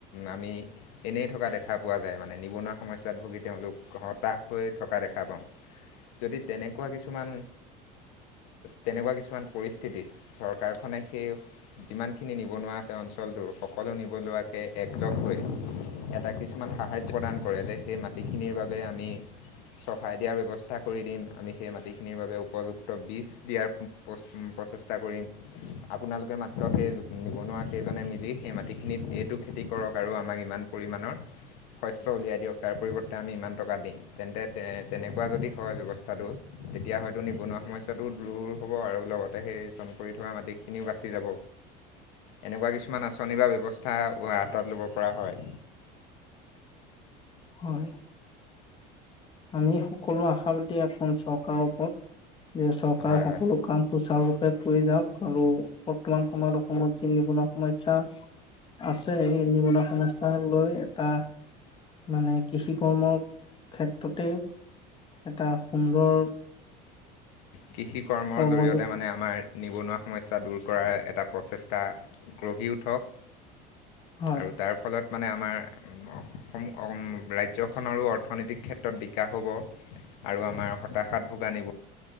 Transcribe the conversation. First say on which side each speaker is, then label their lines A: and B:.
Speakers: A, on the left; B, on the left.
A: আমি এনেই থকা দেখা পোৱা যায়। মানে নিবনুৱা সমস্যাত ভুগি তেওঁলোক হতাশ হৈ থকা দেখা পাওঁ। যদি তেনেকুৱা কিছুমান তেনেকুৱা কিছুমান পৰিস্থিতিত চৰকাৰখনে সেই যিমান খিনি নিবনুৱা আছে। অঞ্চলটোৰ সকলো নিবনুৱাকে এক লগ হৈ। এটা কিছুমান সাহাৰ্য্য প্ৰদান কৰে, যে সেই মাটিখিনিৰ বাবে আমি চহাই দিয়াৰ ব্যৱস্থা কৰি দিম। আমি সেই মাটিখিনিৰ বাবে উপযুক্ বীজ দিয়াৰ প্ৰ-প্ৰচেষ্টা কৰিম। আপোনালোকে মাত্ৰ সেই নিবনুৱাকে জনে মিলি সেই মাটিখিনিত এইটো খেতি কৰক আৰু আমাক ইমান পৰিমাণৰ শস্য উলিয়াই দিয়ক তাৰ পৰিৱৰ্তে আমি ইমান টকা দিম, তেন্তে তে-তেনেকুৱা যদি হয় ব্যৱস্থাটো তেতিয়া হয়তো নিবনুৱা সমস্ সমস্যাটো দূৰ হ'ব, আৰু লগতে সেই চন পৰি থকা মাটিখিনিও বাচি যাব। এনেকুৱা কিছুমান আঁচনি বা ব্যৱস্থা হাতত ল'ব পৰা হয়।
B: হয়। আমি সকলো আশাবাদী অসম চৰকাৰৰ ওপৰত। যে চৰকাৰে
A: হয়
B: সকলো
A: হয়
B: কাম সুচাৰুপে কৰি যাওক আৰু বৰ্তমান সময়ত অসমত যি নিবনুৱা সমস্যা আছে এই নিবনুৱা সমস্যা লৈ এটা মানে কৃষি কৰ্মৰ ক্ষেত্ৰ ততেই এটা সুন্দৰ
A: কৃষিকৰ্মৰ
B: কৰ্ম
A: জৰি়য়তে মানে আমাৰ নিবনুৱা সমস্যা দূৰ কৰাৰ এটা প্ৰচেষ্টা গঢ়ি উঠক।
B: হয়
A: আৰু তাৰ ফলত মানে আমাৰ অসম-অম ৰাজ্যখনৰো অৰ্থনৈতিক ক্ষেত্ৰত বিকাশ হ'ব। আৰু আমাৰ হতাশাত ভোগা নিব